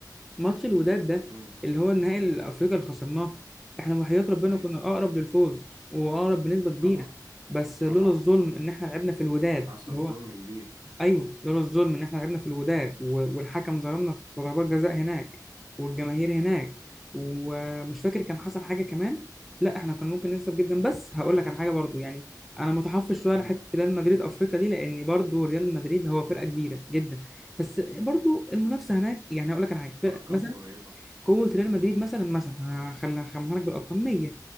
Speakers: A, in the centre; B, on the right.
A: ماتش الوداد ده
B: امم
A: اللي هو النهائي الافريقي اللي خسرناه احنا وحياة ربنا
B: أي
A: كنا اقرب للفوز واقرب بنسبه كبيره
B: طبعا
A: بس لولا
B: طبعا
A: الظلم ان احنا لعبنا في الوداد
B: حصل
A: اللي هو
B: ظلم كبير
A: ايوه لولا الظلم ان احنا لعبنا في الوداد و- والحكم ظلمنا في ضربات جزاء هناك والجماهير هناك ومش فاكر كان حصل حاجه كمان لا احنا كان ممكن نكسب جدا بس هقول لك على حاجه برضو يعني انا متحفظ شويه
B: امم
A: على حته ريال مدريد افريقيا دي لان برضو ريال مدريد هو فرقه كبيره جدا بس برضو المنافسه هناك يعني هقول لك على حاجه فرق-
B: أرقامه
A: مثلا
B: قريبة
A: قوة ريال مدريد مثلا مثلا هخلي هخمنها لك بالأرقام 100